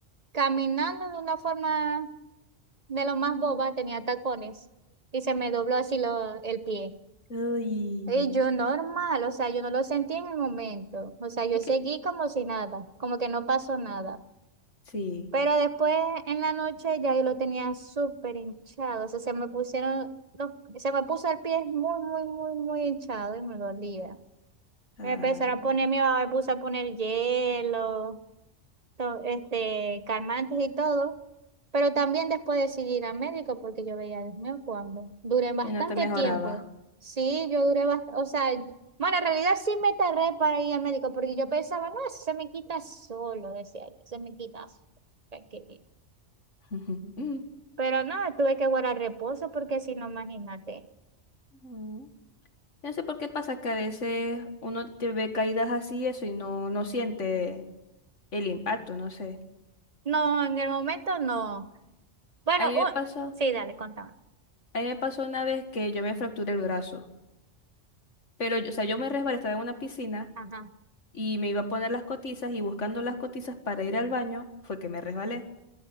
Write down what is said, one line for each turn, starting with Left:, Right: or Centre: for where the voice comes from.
Right: caminando de una forma de lo más boba, tenía tacones. Y se me dobló así lo, el pie.
Left: Uy,
Right: Y yo normal, o sea, yo no lo sentí en el momento, o sea, yo
Left: Es
Right: seguí
Left: que
Right: como si nada, como que no pasó nada.
Left: sí.
Right: Pero después en la noche ya yo lo tenía súper hinchado, o sea, se me pusieron, los- se me puso el pie muy, muy, muy, muy hinchado y me dolía.
Left: Ay,
Right: Me empezaron a poner, mi mamá me puso a poner hielo, to- este, calmantes y todo, pero también después decidí ir al médico porque yo veía, Dios mío, cuando duré bastante
Left: que no te mejoraba.
Right: tiempo. Sí, yo duré bastante, o sea, bueno, en realidad sí me tardé para ir al médico porque yo pensaba, no, eso se me quita solo, decía yo, se me quita solo. tranquilito".
Left: <laughs>
Right: Pero no, tuve que guardar reposo porque si no, imagínate.
Left: Mm. No sé por qué pasa que a veces uno te ve caídas así eso y no, no siente el impacto, no sé.
Right: No, en el momento no. Bueno,
Left: A mí
Right: u-
Left: me pasó,
Right: sí, dale, contame.
Left: a mí me pasó una vez que yo me fracturé el brazo, pero yo, o sea, yo me resbalé, estaba en una piscina
Right: Ajá,
Left: y me iba a poner las cotizas y buscando las cotizas para ir al baño fue que me resbalé.